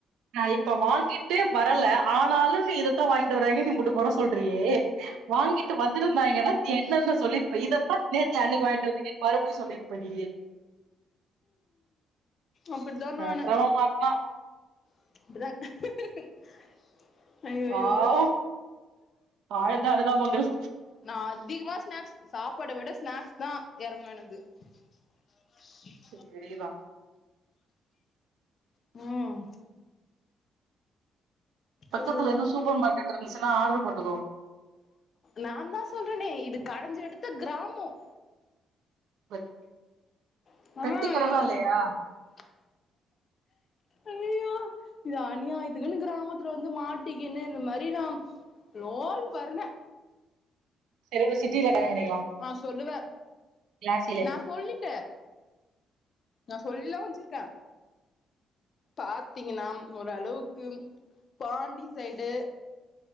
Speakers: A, on the right; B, on the left.
A: நா இப்ப வாங்கிட்டு வரல ஆனாலு நீ இதத்தா வாய் ட்டு வராங்கன்னு நீ இம்புட்டு கொற சொல்றியே வாங்கிட்டு வந்துருந்தாய்ங்கனா நீ என்னன்ன சொல்லிருப்ப இதத்தா நேத்து அன்னக்கு வாய்ட்டடு வந்திங்கன் மறுப்டி சொல்லிருப்ப நீயி
B: அப்டிதா
A: <unintelligible>
B: நானு
A: மாட் மா
B: அப்டிதா ஐயையோ
A: ஆ வ் ஆழ்ந்த அனுதாபங்கள்
B: நா அதிகுமா ஸ்நேக்ஸ் சாப்பாட விட ஸ்நேக்ஸ்தா எறங்கு எனக்கு <inaudible>
A: சரி வெலிய வா
B: ம்
A: பக்கத்தில
B: கடவுளே
A: எதுவு சூப்பர் மார்கெட் இருந்துச்சின்னா ஆர்ரு போட்டுக்கோ
B: நா தா சொல்றனே இது கடஞ்சி எடுத்த கிராமம்
A: <inaudible>
B: <unintelligible>
A: கடதா இல்லையா
B: அய்யய்யோ இது அனியாதுக்குன்னு கிராமத்துல வந்து மாட்டிக்குன்னு இந்த மாதிரி நா லோன் வரல
A: சரி ஒரு சிட்டில வேண கல்யாண பண்ணிக்கலா
B: ஆ சொல்லுவ
A: கிளாசிலே
B: நா சொல்லிட்ட நா சொல்லாம வச்சிருக்கே பாத்தீங்கன்னா ஓரளவுக்கு பாண்டி சைடு